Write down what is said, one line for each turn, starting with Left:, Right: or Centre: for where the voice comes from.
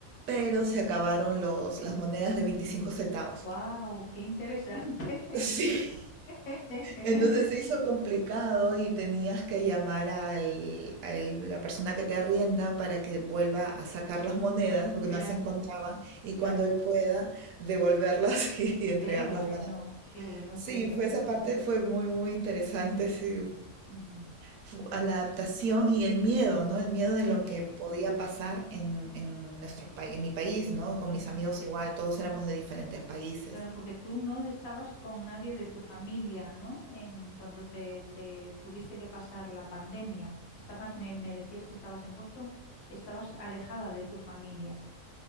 Right: pero se acabaron los, las monedas de 25 centavos.
Left: Wow, qué interesante.
Right: <laughs> Sí,
Left: <laughs>
Right: Entonces se hizo complicado y tenías que llamar al, a la persona que te arrienda para que vuelva a sacar las monedas porque
Left: Claro,
Right: no se encontraban y
Left: claro.
Right: cuando él pueda devolverlas <laughs> y, entregarlas
Left: Qué bueno,
Right: para...
Left: qué bueno,
Right: Sí,
Left: qué bueno.
Right: fue, esa parte fue muy, muy interesante, sí.
Left: Mm, ujú.
Right: Fu- A la adaptación y el miedo, ¿no? El miedo de
Left: El
Right: lo
Left: miedo.
Right: que podía
Left: Mm,
Right: pasar en, en nuestros países, en mi país, ¿no? Con
Left: ujú.
Right: mis amigos igual, todos éramos de diferentes países.
Left: Claro, porque tú no estabas con nadie de tu familia, ¿no? En, cuando te, te tuviste que pasar la pandemia. Estabas, me, me decías que estabas en Boston, estabas alejada de tu familia.